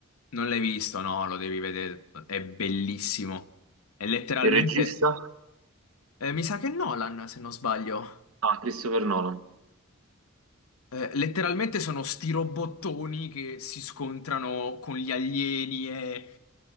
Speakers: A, on the left (about 85°); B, on the right (about 75°).
A: Non l'hai visto? No, lo devi vedere, è bellissimo. È letteralmente...
B: Il regista?
A: eh, mi sa che è Nolan, se non sbaglio.
B: Ah, Christopher Nolan.
A: Eh, letteralmente sono sti robottoni che si scontrano con gli alieni e